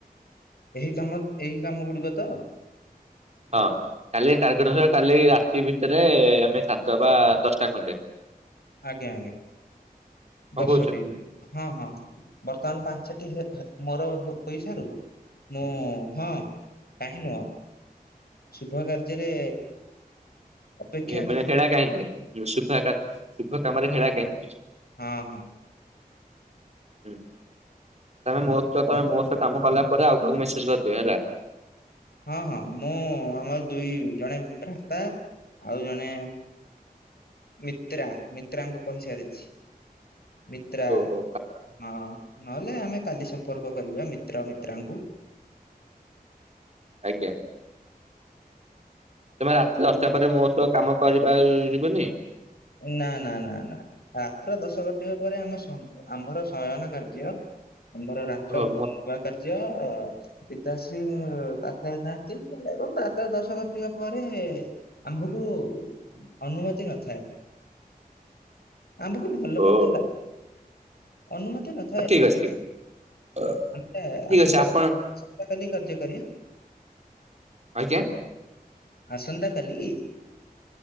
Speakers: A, on the left (about 80°); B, on the right (about 45°).
A: ଏହି କାମ। ଏହି କାମ ଗୁଡିକ ତ?
B: ହଁ କାଲି ଟାର୍ଗେଟ ବସିବା, କାଲି ରାତି ଭିତରେ, ଆମେ ସାରିଦେବା ଦଶଟା ଖଣ୍ଡେ ।
A: ଆଜ୍ଞା ଆଜ୍ଞା ।
B: କଣ
A: ଦଶଟି।
B: କହୁଛ
A: ହଁ, ହଁ ବର୍ତ୍ତମାନ ପାଞ୍ଚଟି ମୋର ପଇସାରୁ, ମୁଁ ହଁ, କାହିଁ ନୁହ। ଶୁଭ କାର୍ଯ୍ୟରେ ଅପେକ୍ଷା
B: ଏ
A: କା
B: ମେଳେ ହେଳା କାହିଁକି। ଶୁଖୁଆ କାଟ୍, ଶୁଭ କାମରେ ହେଳା କାହିଁକି?
A: ହଁ, ହଁ ।
B: ହୁଁ, ତମେ ମୋ ସହ ତମେ ମୋ ସହ କାମ କଲା ପରେ ଆଉ କାହାକୁ ମେସ ମେଷେଜ, କରିଦିଅ ହେଲା
A: ହଁ, ହଁ। ମୁଁ ଆମର ଦୁଇ ଜଣେ ଭ୍ରାତା ଆଉ ଜଣେ ମିତ୍ରା, ମିତ୍ରାଙ୍କୁ କହିସାରିଛି। ମିତ୍ରା
B: ଓହୋ
A: ।ହଁ, ନହେଲେ ଆମେ କାଲି ସମ୍ପର୍କ କରିବା ମିତ୍ର ମିତ୍ରାଙ୍କୁ।
B: ଆଜ୍ଞା। ତମେ ରାତି ଦଶଟା ପରେ, ମୋ ସହ କାମ କରିପାରିବନି?
A: ନା, ନା, ନା, ନା, ରାତ୍ର ଦଶ କୋଟିବା ପରେ ଆମ ସମ୍ପ-ଆମ୍ଭର ଶୟନ କାର୍ଯ୍ୟ ଆମର ରାତ୍ର,
B: ଓ
A: ବା-
B: ମୋ
A: ନୂଆ କାର୍ଯ୍ୟ ତାଶ୍ରୀ ମୁଁ ପାଖରେ ଥାନ୍ତି, ଏବଂ ରାତ୍ର ଦଶ କଟିବା ପରେ, ଆମ୍ଭକୁ ଅନୁମତି ନଥାଏ। ଆମକୁ ଭଲ
B: ଓ
A: ମଧ୍ୟ ଲାଗୁ। ଅନୁମତି ନଥାଏ।
B: ଠିକ ଅଛି ଠିକ ଅଛି
A: ଆମେ
B: ଠିକ
A: ଆସନ୍ତାକାଲି
B: ଅଛି ଆପଣ
A: ସନ୍ତକାଲି କାର୍ଯ୍ୟ କରିବେ।
B: ଆଜ୍ଞା।
A: ଆସନ୍ତା କାଲି